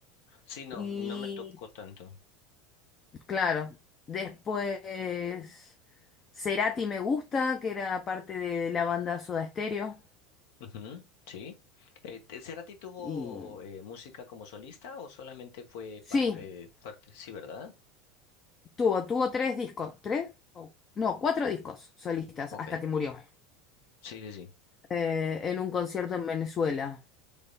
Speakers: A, on the left; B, on the left.
A: sí, no,
B: Y
A: no me tocó tanto.
B: claro, después Cerati me gusta, que era parte de la banda Soda Stereo.
A: Ujú, sí. Eh, te- ¿Cerati tuvo
B: Y
A: eh, música como solista o solamente fue
B: sí,
A: parte, parte? Sí, ¿verdad?
B: tuvo, tuvo tres discos, tres, o- no, cuatro discos solistas
A: Ok.
B: hasta que murió.
A: Sí, sí, sí.
B: eh, en un concierto en Venezuela.